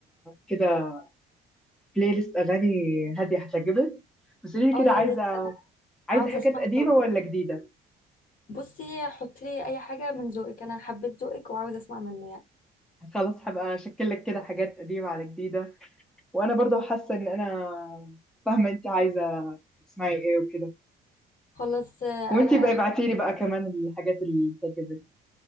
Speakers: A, in the centre; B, on the left (about 55°).
A: كده بلاي ليست اغاني هاديه هتعجبك بس قولي لي
B: اه
A: كده
B: يا
A: عايزه
B: ريت
A: عايزه
B: عاوزه
A: حاجات
B: اسمع
A: قديمه
B: ذوقك
A: ولا جديده
B: بصي حطي لي اي حاجه من ذوقك انا حبيت ذوقك وعاوزه اسمع منه يعني
A: خلاص هبقى اشكل لك كده حاجات قديمه على جديده وانا برضه حاسه ان انا فاهمه انت عايزه تسمعي ايه وكده
B: خلاص آه،
A: وانت
B: انا
A: بقى ابعتي لي بقى كمان الحاجات اللي تعجبك